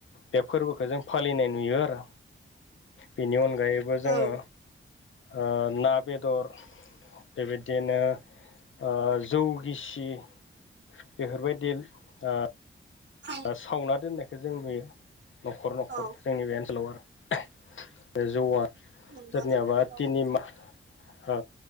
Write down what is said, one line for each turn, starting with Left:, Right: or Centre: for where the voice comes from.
Left: बे फोरबोखौ जों फालिनाय नुयो आरो बेनि अन‌ गायैबो
Right: औ
Left: जोङो ओ ना बेदर बेबायदिनो ओ जौ गिसि बेफोरबायदि ओ
Right: औ
Left: सावना दोननायखौ जों नुयो न'खर न'खर
Right: औ
Left: जोंनि बे ओनसोलाव आरो बे जौवआ
Right: नंगौ
Left: सोरनियाबा
Right: नंगौ औ
Left: तिनि माह ओ